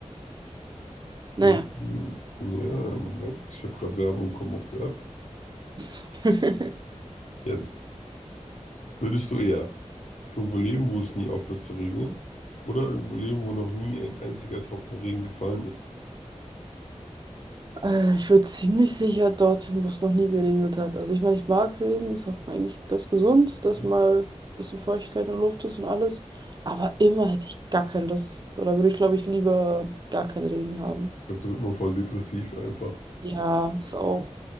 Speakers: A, on the right (about 35°); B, on the left (about 85°).
A: Naja.
B: Mhm. mhm, Ja, im Moment. Ich habe gerade Werbung bekommen auf der App.
A: ist <laughs>
B: Jetzt würdest du eher. Irgendwo leben, wo es nie aufhört zu regnen. Oder irgendwo leben, wo noch nie ein einziger Tropfen Regen gefallen ist.
A: Äh, ich würde ziemlich sicher dorthin, wo es noch nie geregnet hat. Also ich meine, ich mag Regen, ist auch eigentlich ganz gesund, dass
B: Ich
A: mal ein bisschen Feuchtigkeit in der Luft ist und alles. Aber immer hätte ich gar keine Lust. So, da würde ich, glaube ich, lieber gar keinen Regen haben.
B: glaube, da wird man voll depressiv einfach.
A: Ja, ist auch.